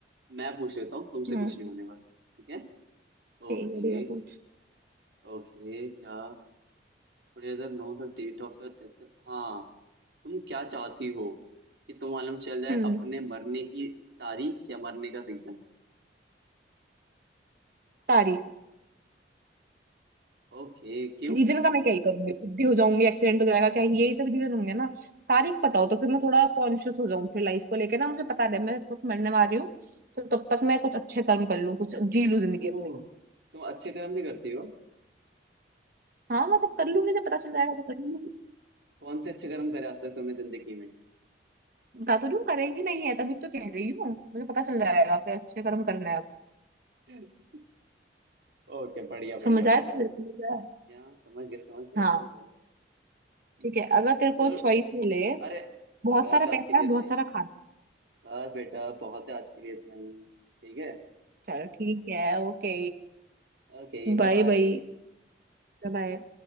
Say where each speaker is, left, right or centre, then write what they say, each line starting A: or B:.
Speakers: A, on the right; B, on the right.
A: मैं पूछ लेता हूँ तुमसे
B: हम्म
A: कुछ नहीं होने वाला ठीक है
B: ठीक
A: ओके
B: है ठीक है पूछ
A: ओके क्या इधर know the date of your death हाँ तुम क्या चाहती हो कि तुम मालूम चल जाए
B: हम्म
A: अपने मरने की तारीख या मरने का रीजन
B: तारीख
A: ओके क्यों
B: रीजन का मैं क्या ही करूंगी बुद्धि हो जाऊंगी एक्सीडेंट हो जाएगा क्या यही सब रीजन होंगे ना तारीख पता हो तो फिर मैं थोड़ा कॉन्शियस हो जाऊं फिर लाइफ को लेके ना मुझे पता है मैं इस वक्त मरने वाली हूँ तो तब तक मैं कुछ अच्छे कर्म कर लूं कुछ जी लूं जिंदगी
A: ओ
B: अपनी
A: तुम अच्छे कर्म भी करती हो
B: हाँ मतलब कर लूंगी जब पता चल जाएगा तो कर लूंगी
A: कौन से अच्छे कर्म करे आज तक तुमने जिंदगी में
B: बता तो रही हूँ करेंगी नहीं है तभी तो कह रही हूँ मुझे पता चल जाएगा फिर अच्छे कर्म करना है अब
A: <laughs> ओके बढ़िया बढ़िया
B: समझ आया
A: बढ़िया
B: तुझे
A: बढ़िया
B: समझ आया?
A: क्या समझ गया समझ गया
B: हाँ
A: समझ गया हम्म,
B: ठीक है अगर तेरे को
A: चलो
B: चॉइस
A: ठीक है
B: मिले
A: अरे
B: बहुत
A: बहुत
B: सारा
A: है आज
B: पैसा
A: के लिए इतना
B: बहुत
A: ही
B: सारा खाना
A: बस बेटा बहुत है आज के लिए इतना ही ठीक है
B: चल ठीक है ओके
A: Okay
B: बाय
A: bye bye
B: बाय बाय